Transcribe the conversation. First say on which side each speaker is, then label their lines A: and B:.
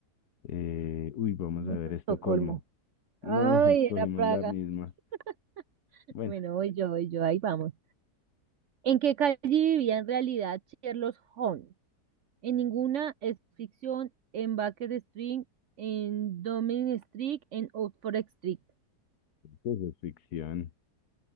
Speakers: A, on the left (about 75°); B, on the right (about 60°).
A: eh, uy, vamos
B: No
A: a ver
B: fue
A: Estocolmo.
B: Estocolmo.
A: No,
B: Ay,
A: <laughs> escogimos
B: era Praga.
A: la misma.
B: <laughs>
A: Bueno,
B: Bueno, hoy yo, hoy yo, ahí vamos. ¿En qué calle vivía en realidad Sherlock Holmes? En ninguna es ficción, en Baker Street, en Downing Street, en Oxford Street.
A: pues es ficción.